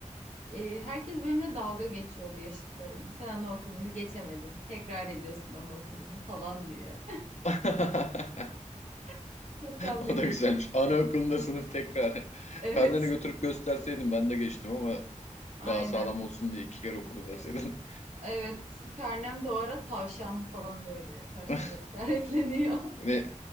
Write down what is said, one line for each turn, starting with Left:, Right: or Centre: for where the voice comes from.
Right: Ee, herkes benimle dalga geçiyordu yaşıtlarım. Sen anaokulunu geçemedin. Tekrar ediyorsun anaokulunu falan diye.
Left: <laughs>
Right: <laughs> Çok dalga
Left: O
Right: geçmişler.
Left: da güzelmiş. Anaokulunda sınıf tekrar.
Right: Evet.
Left: Karneni götürüp gösterseydim ben de geçtim ama
Right: <laughs> Aynen.
Left: daha sağlam olsun diye iki kere okudum
Right: Ee,
Left: deseydim.
Right: Evet. Karnem de o ara tavşan falan böyle. Tavşanlar
Left: <laughs>
Right: işaretleniyor. <laughs>
Left: Ve